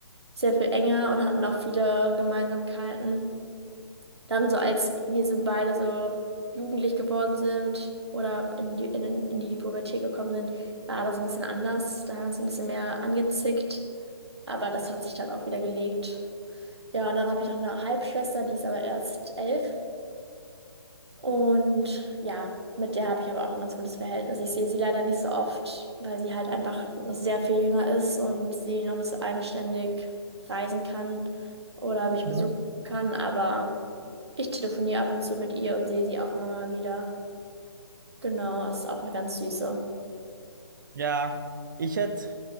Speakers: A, on the right (about 75°); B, on the right (about 45°).
A: sehr viel enger und hatten auch viele Gemeinsamkeiten. Dann so als wir sind beide so jugendlich geworden sind oder in die, in, in die Pubertät gekommen sind, war das ein bisschen anders. Da haben wir uns ein bisschen mehr angezickt, aber das hat sich dann auch wieder gelegt. Ja, und dann habe ich noch eine Halbschwester, die ist aber erst elf. Und ja, mit der habe ich aber auch ein ganz gutes Verhältnis. Ich sehe sie leider nicht so oft, weil sie halt einfach sehr viel jünger ist und sie noch nicht so eigenständig reisen kann oder mich
B: Mhm.
A: besuchen kann, aber. Ich telefoniere ab und zu mit ihr und sehe sie auch immer mal wieder. Genau, ist auch eine ganz süße.
B: Ja, ich hätte,